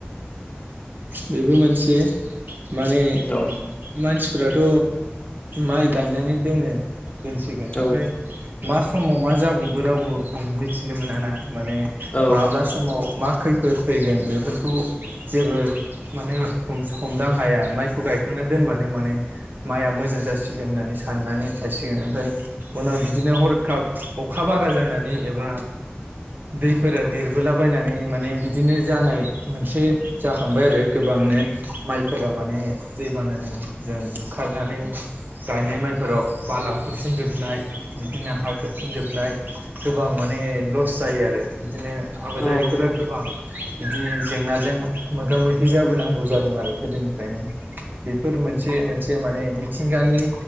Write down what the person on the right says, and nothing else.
बेबो मोनसे माने
मानसिफथ' माइ गायनानैनानै दनो दोनसिगोन ओमफ्राय
मास समाव मा जाब्रबबो रावबो मिथिनो मोन ना माने
माब्ला समाव मा खैफोद फैगोन बेफोरखौ जेबो माने हमदां हाया माइखौ गायखांना दोनबानो माने माइआ मोजां जासिगोन होननानै साननानै थायसिगोन ओमफ्राय उनाव बिदिनो हरखाब अखा बारा जानानै एबा दैफोरा देरबोलाबायनानै माने बि बिदिनो जानाय मोनसे जाखांबाय आरो गोबांनो माइफोरा माने दैबानानि जों ओखारनानै गायनाय माइफोराव बाला खोबसिनजोबनाय बिदिनो हा खोबसिनजोबनाय गोबां माने लस जायो आरो बिदिनो आाबाजारिखौ
र बां बिदि जेंनाजों मोगा मोगि जाबोनांगौ जादों आरो गोदोनिफ्रायनो बेफोर मोनसे मोनसे माने मिथिंगानि